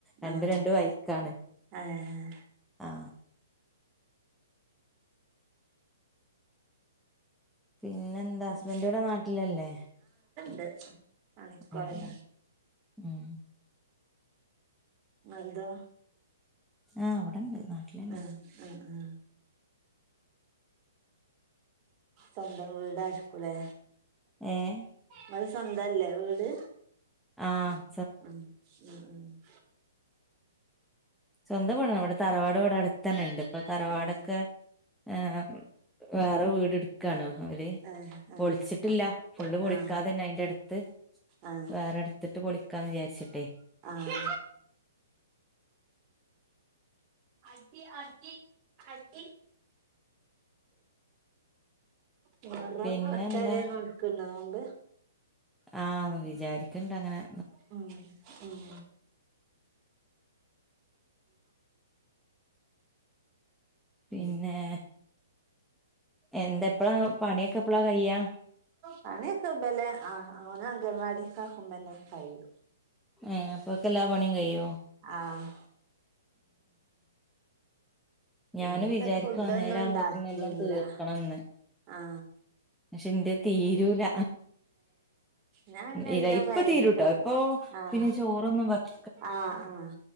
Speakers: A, in the centre; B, on the right.
A: രണ്ട്,
B: ആഹ്
A: രണ്ട് വൈക്കാണ്,
B: ഏഹ്
A: ആ. പിന്നെന്താ?
B: പിന്നെ
A: ഹസ്ബൻഡിവിടെ നാട്ടിലല്ലേ?
B: തെ, പണിക്കോയതാ.
A: ആഹ് ഉം
B: അ, ഇതൊ?
A: ആഹ് ഇവിടെണ്ട് നാട്ടിലന്നെ
B: അ അ അ. സ്വന്തം വീടായ്ര്ക്കൂലേ
A: ഏഹ്
B: ങ്ങള് സ്വന്തല്ലേ വീ ത്
A: ആ.
B: മ് <inaudible>
A: സ്വന്തം വീടാണ്. ഇവടെ തറവാട് ഇവടെ അടുത്തന്നെണ്ട്, ഇപ്പൊ തറവാടൊക്കെ
B: ആഹ്
A: ഏ വേറെ വീട് ഇടുക്കണോ ഓല്?
B: ആഹ് ആഹ്
A: പൊളിച്ചിട്ടില്ല ഫുള്ള് പൊളിക്കാതെന്നെ
B: ആഹ്
A: അയിൻ്റെടുത്ത്.
B: ആഹ്
A: വേറെട്ത്തിട്ട് പൊളിക്കാന്ന് വിചാരിച്ചിട്ടേ.
B: ആഹ് അടി അടി അടി. മുഹറം
A: പിന്നെന്താ
B: പത്തു വരെ നോൽക്കുണ്ടോ നോമ്പ്?
A: ആ വിചാരിക്കണണ്ടങ്ങനെ.
B: ആ അ
A: പിന്നെ
B: ഉം
A: എന്താെപ്പ പണിയൊക്കെ പ്പളാ കയ്യാ
B: പണി ഒക്കെ ബല ആ ഓനെ അങ്കൻവാടികാകുമ്പന്ന കയ്യു
A: ഏ അപ്പൊക്കെല്ലാ പണിംകയ്യോ
B: ആഹ്
A: ഞാനും
B: ഇന്ന് പിന്നെ
A: വിചാരിക്കുവാ
B: ഫുഡൊന്നും
A: നേരാവുമ്പോത്തിന്
B: ണ്ടാക്കില്ല
A: എല്ലാം തീർക്കണംന്ന്
B: <inaudible> ആ
A: പക്ഷെ ഇന്റെ തീരൂല
B: ഞാൻ പിന്നെ
A: ഇര
B: എല്ലോം
A: ഇപ്പൊ
B: കഴിഞ്ഞിട്ടാ
A: തീരുട്ടോ ഇപ്പൊ
B: പോ ആഹ്
A: പിന്നെ ചോറൊന്നും വെക
B: ആഹ് ആഹ്